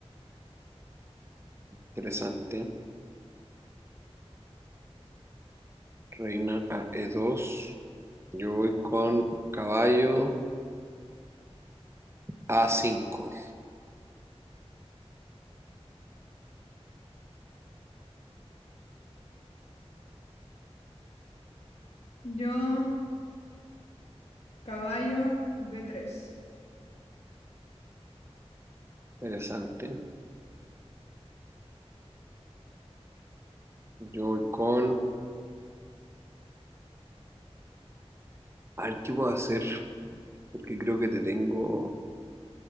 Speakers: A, on the right; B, on the left.
A: Interesante. Reina a E2. Yo voy con caballo a cinco.
B: Yo, caballo b tres
A: Interesante. Yo voy con... A ver qué puedo hacer, porque creo que te tengo